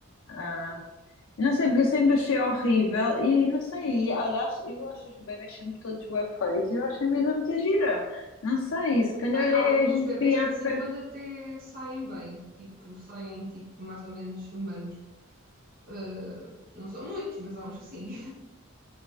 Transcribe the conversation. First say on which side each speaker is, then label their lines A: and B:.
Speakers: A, on the left (about 65°); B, on the right (about 40°).
A: ah, não sei, porque eu sempre achei horrível e não sei. E, olha, acho- eu acho os bebés sempre todos bué feios e eu acho a vida muita gira. Não sei, se calhar
B: Há,
A: é
B: há alguns
A: a gente
B: bebés
A: criar
B: que de
A: afeto.
B: vez em quando até saem bem, tipo, saem tipo, mais ou menos humanos. Ah, não são muitos, mas há uns que sim.